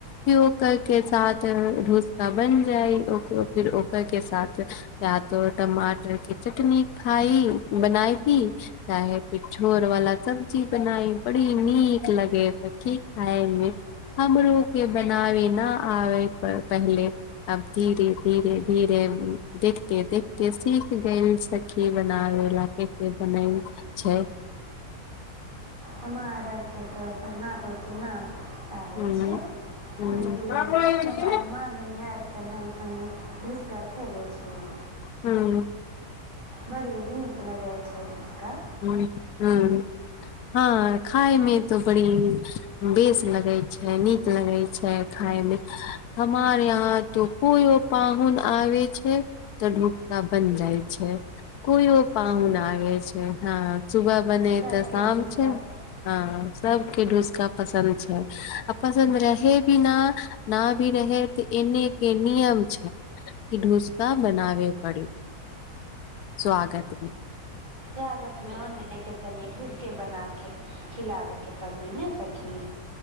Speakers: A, on the left (about 85°); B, on the right (about 20°).
A: फिर ओकर के साथ डोसा बन जाइ ओकर फिर ओकर के साथ या तो टमाटर कऽ चटनी खाइ बनाई ही चाहे फेर छोर वाला सब्जी बनाई बड़ी नीक लगे यऽ सखी खाय में हमरो के बनाबे नऽ आबे पहले आब धीरे धीरे धीरे <unintelligible> कायसे बने छैय
B: हमरख तऽ बनाबैके नहि
A: हम्म,
B: छै
A: हम्म।
B: लेकिन हमर म ममी आरके हम तनी ुसका खेलै छियै
A: हूँ
B: बड़ी नीक लगै छै <unintelligible>
A: <unintelligible> हूं हँ खाय मे तऽ बड़ी बेस लगे छै निक लगे छै खाय में हमार यहाँ तऽ कोयो पाहुन आबय छै तऽ डोसा बन जाइ छै कोइओ पाहुन
B: जे
A: आबे छैय हं सुबह बने
B: सभके
A: तऽ शाम
B: ढुसका
A: छै हँ सभके ढुसका पसन्द छै आ पसन्द रहे बिना नऽ भी रहे तँ एने केँ नियम छै कि डुसका बनावे पड़ स्वगतमे
B: ागत में ओन्ने के तनी ढुस के बना के खिलाबे के पड़ी नहि सखी